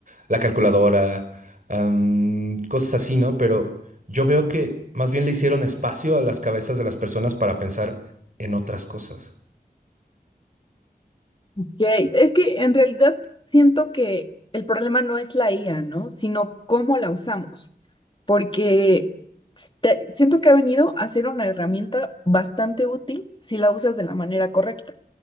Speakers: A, on the right; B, on the left.
A: la calculadora, am, cosas así, ¿no? Pero yo veo que más bien le hicieron espacio a las cabezas de las personas para pensar en otras cosas.
B: Ok, Es que en realidad siento que el problema no es la IA, ¿no? Sino cómo la usamos, porque te- siento que ha venido a ser una herramienta bastante útil si la usas de la manera correcta.